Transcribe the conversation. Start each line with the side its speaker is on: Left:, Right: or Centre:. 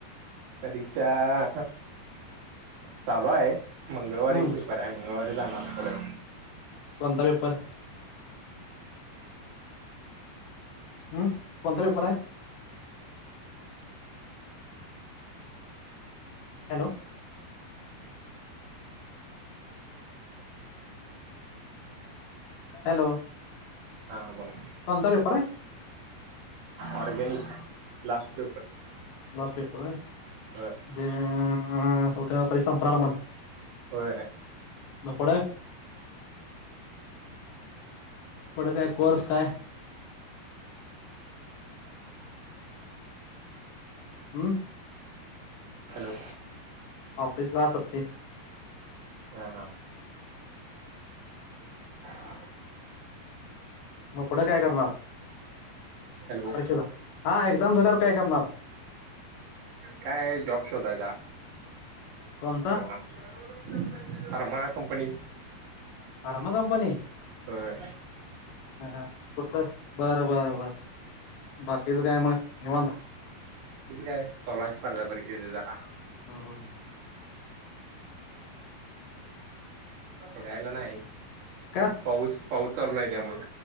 Right: परीक्षा आ चालू हाय. मंगळवारी
Left: हम्म
Right: पेपर आहे, मंगळवारी जाणार परत.
Left: कोणता पेपर? हम कोणता पेपर आहे? हॅलो! हॅलो!
Right: हा बोला.
Left: कोणता पेपर आहे?
Right: Organic last paper.
Left: Last paper होय.
Right: होय
Left: <inaudible> उद्या परीक्षा संपणार म्हण.
Right: होय
Left: मग पुढ पुढं काय, कोर्स काय? हूम्.
Right: हॅलो.
Left: ऑफिसला सुट्टी
Right: हा हा. <inaudible>
Left: मग पुढं काय करणार?
Right: हॅलो
Left: परीक्षेला हा एक्झाम झाल्यावर काय करणार?
Right: काय जॉब शोधायचा.
Left: कोणता
Right: तेवढा आ फार्मा कंपनी
Left: फार्मा कंपनी?
Right: होय
Left: हा. कुठं? बरं बरं बर बाकीचं काय म? निवांत.
Right: तिच काय चालू हाय स्पर्धा परीक्षेचं जरा?
Left: हू हू.
Right: फिरायला नाही.
Left: का
Right: पाऊस पाऊस चालू नाही त्यामूळ